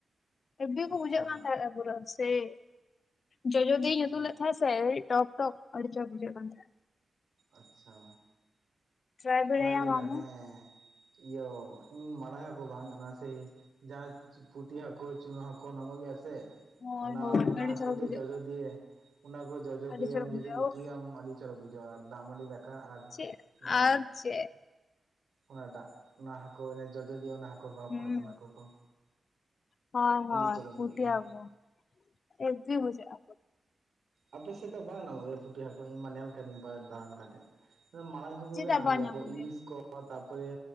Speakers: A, on the left; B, on the right.
A: ᱮᱵᱤ ᱠᱚ
B: ᱟᱪᱪᱷᱟ
A: ᱵᱩᱡᱷᱟᱹᱜ ᱠᱟᱱ ᱛᱟᱦᱮᱼᱟ ᱯᱩᱨᱟᱹ ᱥᱮᱭ ᱡᱚᱡᱚᱫᱤᱭᱮ
B: ᱟᱪᱪᱷᱟ
A: ᱩᱛᱩ ᱞᱮᱛᱚ ᱥᱮ ᱴᱚᱠ ᱴᱚᱠ ᱟᱹᱰᱤ ᱪᱚᱨᱠᱚ ᱵᱩᱡᱟᱹᱣᱟ ᱛᱟᱦᱮᱱᱟ᱾
B: ᱟᱪᱪᱷᱟ,
A: ᱴᱨᱟᱭ ᱵᱟᱲᱟᱭᱟᱢ
B: ᱵᱟᱲᱟᱭ ᱜᱮ ᱛᱚ
A: ᱟᱢ
B: ᱦᱮᱸ᱾
A: ᱦᱚᱸ
B: ᱤᱭᱟᱹ ᱤᱧ ᱢᱟᱲᱟᱝ ᱦᱚᱸ ᱠᱚ ᱵᱟᱝ ᱠᱟᱱᱟ ᱥᱮ ᱡᱟᱸ ᱯᱩᱴᱤ ᱦᱟᱹᱠᱩ, ᱪᱩᱱᱟ ᱦᱟᱹᱠᱩ ᱧᱟᱢᱚᱜ ᱜᱮ ᱥᱮ? ᱥᱮ
A: ᱦᱳᱭ
B: ᱚᱱᱟ
A: ᱦᱳᱭ
B: ᱚᱱᱟ
A: ᱟᱹᱰᱤ
B: ᱦᱟᱹᱠᱩ
A: ᱪᱚᱨᱚᱠ
B: ᱛᱮ
A: ᱵᱩᱡᱷᱟᱹᱜ
B: ᱡᱚᱡᱚ
A: ᱠᱟᱱᱟ,
B: ᱫᱤᱭᱮ ᱚᱱᱟ ᱠᱚ ᱡᱚᱡᱚ
A: ᱟᱹᱰᱤ
B: ᱫᱤᱭᱮᱢ
A: ᱪᱚᱨᱚᱠ
B: ᱡᱩᱫᱤ
A: ᱵᱩᱡᱷᱟᱹᱜᱼᱟ
B: ᱩᱛᱩᱭ
A: ᱩᱯᱷ
B: ᱟᱢ, ᱟᱹᱰᱤ ᱪᱚᱨᱚᱠ ᱵᱩᱡᱷᱟᱹᱜᱼᱟ᱾ ᱫᱟᱜ ᱢᱟᱺᱰᱤ ᱫᱟᱠᱟ ᱫᱟᱠᱟ ᱟᱨ
A: ᱪᱮᱫ
B: ᱚᱱᱟ
A: ᱟᱨ ᱪᱮᱫ
B: ᱚᱱᱟᱴᱟᱜ ᱚᱱᱟ ᱦᱟᱹᱠᱩ ᱡᱚᱡᱚᱫᱤᱭᱟᱹ, ᱚᱱᱟ ᱦᱟᱹᱠᱩ ᱠᱚ ᱦᱚᱯᱚᱱ
A: ᱦᱩᱸ
B: ᱦᱚᱯᱚᱱ ᱦᱟᱹᱠᱩ ᱠᱚ,
A: ᱦᱳᱭ
B: ᱟᱹᱰᱤ
A: ᱦᱳᱭ,
B: ᱪᱚᱨᱚᱠ
A: ᱯᱩᱴᱤ
B: ᱵᱩᱡᱷᱟᱹᱜ ᱜᱮᱭᱟ
A: ᱦᱟᱹᱠᱩ ᱟ. ᱵᱤ ᱴᱷᱤᱠ ᱵᱩᱡᱷᱟᱜᱼᱟ᱾
B: ᱟᱯᱮ ᱥᱮᱫ ᱫᱚ ᱵᱟᱝ ᱧᱟᱢᱚᱜ ᱜᱮᱭᱟ, ᱯᱩᱴᱷᱤ ᱦᱟᱹᱠᱩ ᱤᱧ ᱢᱟ ᱧᱮᱞ ᱠᱟᱹᱫᱤᱧ ᱯᱟᱨᱭᱮᱫ ᱫᱟᱲᱟᱱ ᱠᱟᱛᱮ ᱢᱟᱲᱟᱝ ᱦᱟᱠᱩ
A: ᱪᱮᱫᱟᱜ
B: ᱜᱮ ᱧᱟᱢ
A: ᱵᱟᱝ
B: ᱜᱮᱭᱟ
A: ᱧᱟᱢᱚᱜ
B: ᱠᱚ, ᱤᱞᱤᱥ ᱠᱚ ᱛᱟᱨᱯᱚᱨᱮ